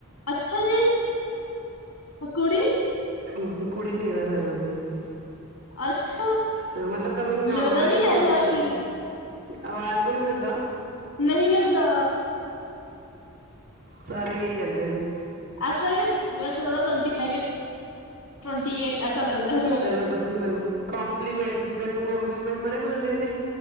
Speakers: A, on the left; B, on the right.
A: ਅੱਛਾ ਜੀ, ਓ ਕੁੜੀ?
B: ਹੂੰ ਹੂੰ, ਕੁੜੀ ਤੇਰਾਂ ਸਾਲਾਂ ਦੀ ਹੈਗੀ ਏ।
A: ਅੱਛਾ
B: ਹ, ਮਤਲਬ ਕਮਿੰਗ
A: ਲੱਗਦਾ
B: ਨਵੰਬਰ
A: ਨੀ
B: ਈ
A: ਐਸਾ
B: ਦੋਨੋ।
A: ਕਿ
B: ਆਵਾਜ਼ ਤੋਂ ਨੀ ਲੱਗਦਾ?
A: ਨਹੀਂ ਲੱਗਦਾ।
B: ਸਾਰੇ ਇਹੀ ਕਹਿੰਦੇ ਨੇ।
A: ਐਸਾ ਲਗਾ, ਐਸਾ ਲਗਾ ਟਵੰਟੀ ਫਾਈਵ ਯਾ ਟਵੰਟੀ ਏਟ। ਐਸਾ ਲੱਗਦਾ ਐ
B: ਚਲੋ ਤੁਸੀਂ ਮੈਨੂੰ ਕੋਂਪਲੀਮੈਂਟ ਮੇਨੂੰ ਕੋਂਪਲੀਮੈਂਟ ਬੜੇ ਮਿਲਦੇ ਨੇ